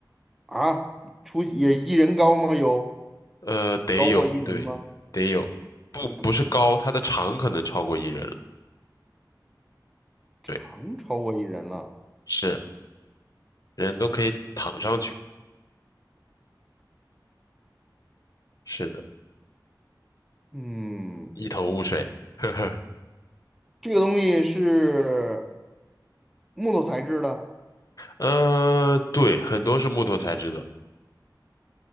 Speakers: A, in the centre; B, on the left (about 50°).
A: 啊，出也一人高吗？有
B: 呃，得有，
A: 高过一人吗？
B: 对，得有，不不是高，
A: 也高
B: 它的长可能超过一人了，
A: 长超过一人了。
B: 对，是，人都可以躺上去，是的，
A: 嗯，
B: 一头雾水，<laughs> 呵呵，
A: 这个东西是木头材质的，
B: 呃，对，很多是木头材质的，